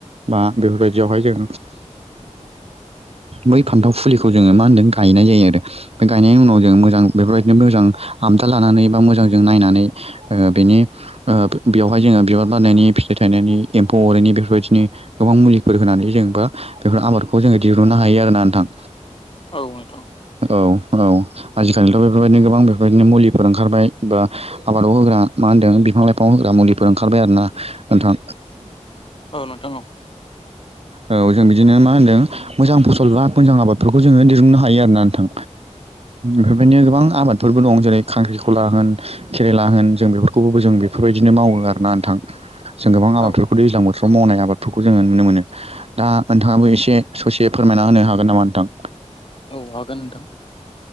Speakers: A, on the right (about 55°); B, on the left (about 45°).
A: बा बेफोरबायदियावहाय जों
B: <inaudible>
A: बै फान्थाव फुलिखौ जोङो मा होनदों गायनाय जायो आरो बे गायनायनि उनाव जों मोजां बेफोर बायदिनो मोजां हमथा लानानै बा मोजांजों नायनानै बेनि बेयावहाय जोङो बिबार बारनायनि फिथाइ एम्फौ अरिनि बेफोरबायदिनो गोबां मुलिफोर होनानै जों बा बेफोर आबादखौ जोङो दिहुननो हायो आरोना नोंथां।
B: औ नोंथां।
A: औ औ आजि खालिथ' बेफोर बायदिनो गोबां बेफोरबायदिनो मुलिफोर ओंखारबाय बा आबादाव होग्रा मा होनदों बिफां लाइफां होग्रा मुलिफोर ओंखारबाय आरोना नोंथां।
B: औ नोंथां औ।
A: औ जों बिदिनो मा होन्दों मोजां फसल बा मोजां आबादफोरखौ जोङो दिरुननो हायो आरोना नोंथां। बेफोर <unintelligible> गोबां आबादफोरबो दं जेरै खांख्रि खला होन केेरेला होन जों बेफोरखौबो जों बेफोरबायदिनो मावो आरोना नोंथां जों गोबां
B: औ
A: आबादफोरखौ
B: औ
A: दैजां बोथोराव मावनाय आबाद फोरखौ जोङो नुनो मोनो दा नोंथाङाबो एसे ससे फोरमायना होनो हागोन नामा नोंथां?
B: औ हागोन नोंथां।